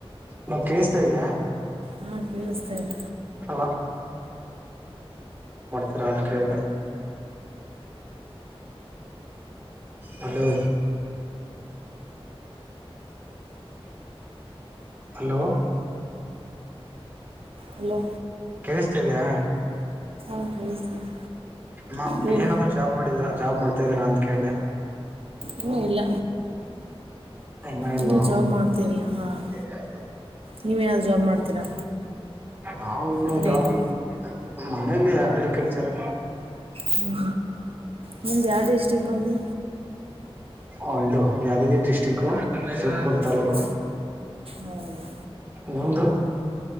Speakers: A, on the right; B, on the right.
A: ನ ಕೇಳಸ್ತಾ ಇದ್ಯಾ
B: ಹಾ ಕೇಳಸ್ತೇನೆ
A: ಅಲ್ಲ <unintelligible> ಕೇಳ್ದೆ ಹಲೋ ಹಲೋ
B: ಹಲೋ
A: ಕೇಳಿಸ್ತಿದಿಯ
B: ಹ ಕೇಳಿಸ್ತಿದೆ
A: ಹಾ
B: ಹೇಳಿ
A: ಏನಾದ್ರ ಜಾಬ್ ಮಾಡಿದಿರ ಜಾಬ್ ಮಾಡ್ತಾ ಇದ್ದೀರಾ ಅಂತ ಕೇಳ್ದೆ
B: ಹ್ಮೂ ಇಲ್ಲ
A: ಎಣ್ಣೆ ಇಲ್ಲಾ
B: ಇನ್ನೂ ಜಾಬ್ ಮಾಡ್ತಿಲ್ಲ ಹಾಂ
A: <unintelligible>
B: ನೀವೇನಾದ್ರು ಜಾಬ್ ಮಾಡ್ತೀರಾ
A: ನಾವು
B: ಮನೆಯಲ್ಲಿ
A: ಜಾಬ್ ಮನೇಲಿ ಅಗ್ರಿಕಲ್ಚರ್
B: ಹ್ಮ ನಿಮ್ದ ಯಾವ್ ಡಿಸ್ಟ್ರಿಕ್ಟ್ ಅಂದೆ
A: ನಮ್ದು ಯಾದಗಿರಿ ಡಿಸ್ಟ್ರಿಕ್ಟು ಸೂದ್ಪುರ್ ತಾಲೂಕು
B: ಹ್ಞೂ ಹೌದಾ
A: ನಿಮ್ದು